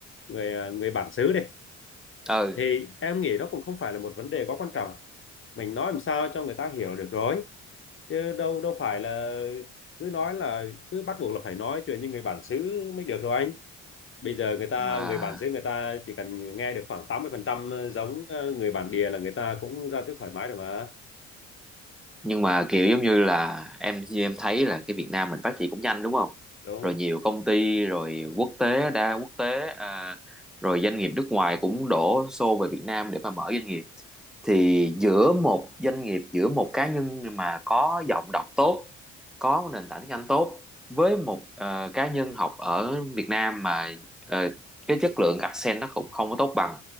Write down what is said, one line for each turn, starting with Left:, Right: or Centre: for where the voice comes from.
Left: người à, người bản xứ đi
Centre: ừ
Left: thì em nghĩ nó cũng không phải là một vấn đề quá quan trọng mình nói làm sao cho người ta hiểu được rồi chứ đâu đâu phải là cứ nói là cứ bắt buộc là phải nói chuyện như người bản xứ mới được đâu anh bây giờ người ta
Centre: mà
Left: người bản xứ người ta chỉ cần nghe được khoảng 80% ờ, giống ờ, người bản địa là người ta cũng giao tiếp thoải mái rồi mà
Centre: nhưng mà kiểu giống như là em như em thấy là cái Việt Nam mình phát triển cũng nhanh đúng không
Left: đúng
Centre: rồi
Left: không?
Centre: nhiều công ty rồi quốc tế đa quốc tế à, rồi doanh nghiệp nước ngoài cũng đổ xô về Việt Nam để mà mở doanh nghiệp thì giữa một doanh nghiệp giữa một cá nhân mà có giọng đọc tốt có nền tảng tiếng Anh tốt với một ờ, cá nhân học ở Việt Nam mà ờ, cái chất lượng accent nó cũng không có tốt bằng